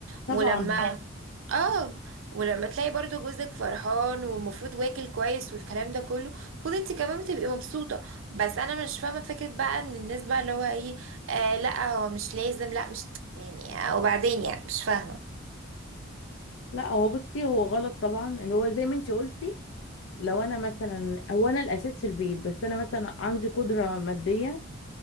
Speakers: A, on the left; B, on the right.
A: طبعا
B: ولما حلو اه ولما تلاقي برضو جوزك فرحان والمفروض واكل كويس والكلام ده كله المفروض انت كمان بتبقي مبسوطة بس انا مش فاهمة فكرة بقى ان الناس بقى اللي هو ايه آه لا هو مش لازم لا مش يعني آه، وبعدين يعني مش فاهمة
A: لا هو بصي هو غلط طبعا اللي هو زي ما انت قلتي لو انا مثلا هو انا الاساس في البيت بس انا مثلا عندي قدره ماديه